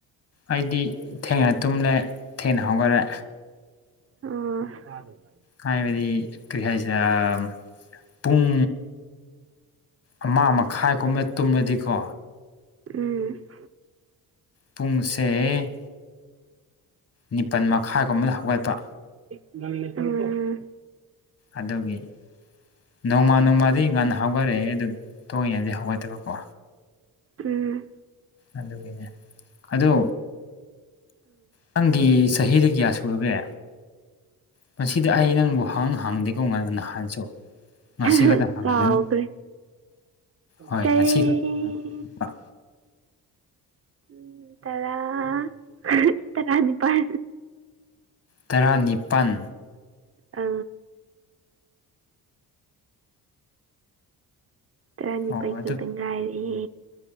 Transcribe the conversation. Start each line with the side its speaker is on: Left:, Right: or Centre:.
Left: ꯑꯩꯗꯤ ꯊꯦꯡꯅ ꯇꯨꯝꯂꯦ ꯊꯦꯡꯅ ꯍꯧꯒꯜꯔꯦ
Right: ꯑꯣ
Left: ꯍꯥꯏꯕꯗꯤ ꯀꯔꯤ ꯍꯥꯏꯁꯦꯔꯝ ꯄꯨꯡ ꯑꯃꯥ ꯃꯈꯥꯏ ꯀꯨꯝꯕ ꯇꯨꯝꯃꯗꯤꯀꯣ
Right: ꯎꯝ
Left: ꯄꯨꯡꯁꯦ ꯅꯤꯄꯜ ꯃꯈꯥꯏꯒꯨꯝꯕꯗ ꯍꯧꯒꯠꯄ
Right: ꯎꯝ
Left: ꯑꯗꯨꯒꯤ ꯅꯣꯡꯃ ꯅꯣꯡꯃꯗꯤ ꯉꯟ ꯍꯧꯒꯠꯔꯦ ꯑꯗꯨꯕꯨ ꯇꯣꯏꯅꯗꯤ ꯍꯧꯒꯠꯇꯕꯀꯣ
Right: ꯎꯝ
Left: ꯑꯗꯨꯒꯤꯅꯦ ꯑꯗꯣ ꯅꯪꯒꯤ ꯆꯍꯤꯗꯤ ꯀꯌꯥ ꯁꯨꯔꯒꯦ ꯉꯁꯤꯗꯤ ꯑꯩ ꯅꯪꯕꯨ ꯍꯡ ꯍꯡꯗꯦꯀꯣ ꯉ ꯅꯍꯥꯟꯁꯨ ꯉꯁꯤ
Right: <unintelligible>
Left: ꯈꯛꯇ ꯍꯪꯒꯅꯤ
Right: ꯀꯥꯎꯒ꯭ꯔꯦ
Left: ꯍꯣꯏ
Right: ꯆꯍꯤ
Left: ꯉꯁꯤ ꯈꯛꯇ
Right: ꯎꯝ ꯇꯔꯥ <unintelligible> ꯇꯔꯥꯅꯤꯄꯥꯟ
Left: ꯇꯔꯥꯅꯤꯄꯟ
Right: ꯑ ꯇꯔꯥꯅꯤꯄꯩ
Left: ꯑꯣ
Right: ꯈꯛꯇ ꯉꯥꯏꯔꯤ